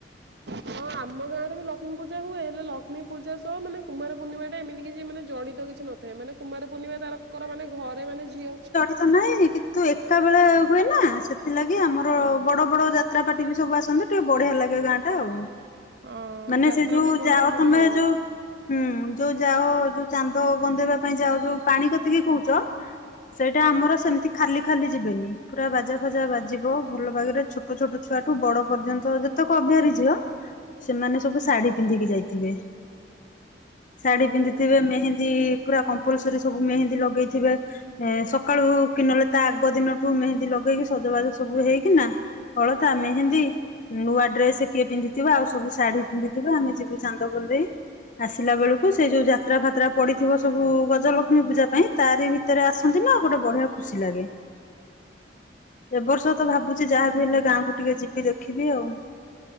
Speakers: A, on the right; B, on the left.
A: ହଁ ଆମ ଗାଁରେ ବି ଲକ୍ଷ୍ମୀ ପୂଜା ହୁଏ ହେଲେ ଲ କ୍ଷ୍ମୀ ପୂଜା ସହ ମାନେ କୁମାର ପୂର୍ଣିମାଟା ଏମିତି କିଛି ମାନେ ଜଡିତ କିଛି ନଥାଏ ମାନେ କୁମାର ପୂର୍ଣ୍ଣିମା ତାର କର ମାନେ ଘରେ ମାନେ ଝିଅ
B: ସା ନାହିଁ କିତୁ ଏକାବେଳେ ହୁଏ ନା ସେଥିଲାଗି ଆମର ବଡ ବଡ ଯା ତ୍ରାପାଟି ବି ସବୁ ଆସନ୍ତି ଟିକେ ବଢିଆ ଲାଗେ ଗାଁଟା ଆଉ।
A: ହଁ
B: ମାନେ
A: ଯାତ୍ରା
B: ସେ ଯୋଉ
A: ବି ପଡେ
B: ଯାଅ
A: ତମର
B: ତମେ
A: ଆଉ।
B: ଯୋଉ ହୁଁ ଯୋଉ ଯାଅ ଯୋଉ ଚାନ୍ଦ ବନ୍ଦେଇବା ପାଇଁ ଯାଅ ଯୋଉ ପାଣି କତିକି କହୁଚ ସେଇଟା ଆମର ସେମତି ଖାଲି ଖାଲି ଯିବେନି। ପୁରା ବାଜା ଫାଜା ବାଜିବ ଭଲ ବାଗେରେ ଛୋଟ ଛୋଟ ଛୁଆଠୁ ବଡ ପର୍ଯ୍ୟନ୍ତ ଯେତକ ଅବିହାରୀ ଝିଅ ସେମାନେ ସବୁ ଶାଢୀ ପିନ୍ଧିକି ଯାଇଥିବେ। ଶାଢୀ
A: ଓହୋ।
B: ପିନ୍ଧିଥିବେ ମେହେନ୍ଦୀ ପୁରା କମ୍ପଲସରୀ ସବୁ ମେହେନ୍ଦୀ ଲଗେଇଥିବେ। ଏଁ ସକାଳୁ କି ନହେଲେ ତା ଆଗ ଦିନଠୁ ମେହେନ୍ଦୀ ଲଗେଇକି ସଜବାଜ ସବୁ ହେଇକିନା ଅଳତା ମେହେନ୍ଦୀ ନୂଆ ଡ୍ରେସେ କିଏ ପିନ୍ଧିଥିବ ଆଉ ସବୁ ଶାଢୀ ପିନ୍ଧିଥିବେ ଆମେ ଯିବୁ ଚାନ୍ଦ ଗୁନ୍ଦେଇ। ଆସିଲା ବେଳୁକୁ ସେଇ ଯୋଉ ଯାତ୍ରା ଫାତ୍ରା ପଡିଥିବ ସବୁ ଗ ଜଲକ୍ଷ୍ମୀ ପୂଜା ପାଇଁ ତାରି ଭିତେରେ ଆସନ୍ତି ନା ଗୋଟେ ବଢିଆ ଖୁସି ଲାଗେ। ଏ ବର୍ଷ ତ ଭାବୁଚି ଯାହା ବିି ହେଲେ ଗାଁକୁ ଟିକେ ଯିବି ଦେଖିବି ଆଉ।